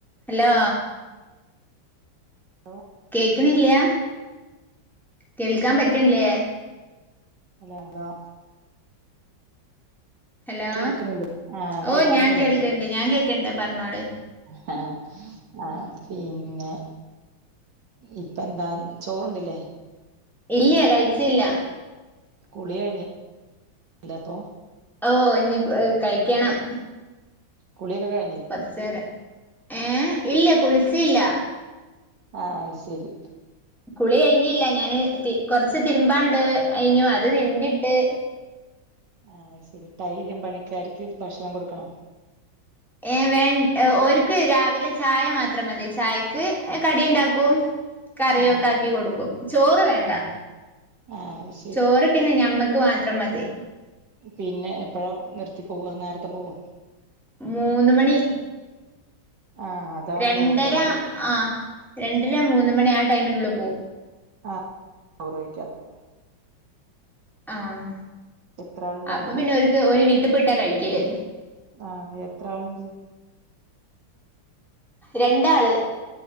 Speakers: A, in the centre; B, on the right (about 60°).
A: Hello
B: hello
A: കേക്ക്ണില്ല്യാ കേൾക്കാൻ പറ്റില്ലേ?
B: ല്ല്യ ഹലോ
A: ഹലോ
B: കേൾക്കണില്ലേ ആഹ് കേൾക്കണില്ലേ
A: ഓഹ് ഞാൻ കേൾക്ക്ണ്ട് ഞാൻ കേക്ക്ണ്ട് പറഞ്ഞോളിൻ
B: ങ്‌ഹ് ആഹ് പിന്നെ ഇപ്പ എന്താ ചോറുണ്ടില്ലേ?
A: ഇല്ല്യ കഴിച്ചില്ല
B: കുളി കഴിഞ്ഞ് ലേ അപ്പോ
A: ഓഹ് ഇഞ്ഞി ഏഹ് കഴിക്കണം
B: കുളിയൊക്കേ
A: കൊറച്ചേരെ ഏഹ് ഇല്ല കുളിച്ചില്ല
B: ആഹ് അയ്ശരി
A: കുളി കഴിഞ്ഞില്ല ഞാന് ത് കൊറച്ച് തിരുമ്പാണ്ട് കയിഞ്ഞു അത് തിരുമ്പിട്ട്
B: ആഹ് അത് ശരി ടൈലും പണിക്കാര്ക്ക് ഭക്ഷണം കൊടുക്കണോ?
A: ഏ വേൺ ഓരുക്ക് രാവിലെ ചായ മാത്രം മതി. ചായക്ക് കടിണ്ടാക്കും. കറിയൊക്കെ
B: ആഹ്
A: ആക്കി കൊടുക്കും ചോറ് വേണ്ട.
B: ആഹ് ആഹ് അത് ശരി
A: ചോറ് പിന്നെ ഞമ്മക്ക് മാത്രം മതി
B: പിന്നെ എപ്പഴാ നിർത്തി പോവാ നേർത്തെ പോവോ?
A: മൂന്ന് മണി.
B: ആഹ് അതാവും
A: രണ്ടര
B: ചോറ് കഴിക്കാത്ത
A: ആഹ് രണ്ടര മൂന്ന് മണി ആ ടൈമിന്റെ ഉള്ള് പോവും
B: ആഹ് ഒറൊഴിക്കാത്ത്
A: ആഹ്
B: എത്ര ആളുണ്ടായിരുന്നു
A: അപ്പ പിന്നെ ഓരുക്ക് ഓരു വീട്ട്പ്പോയിട്ടാ കഴിക്കല്
B: ആഹ് എത്ര ആളുണ്ട്?
A: രണ്ടാള്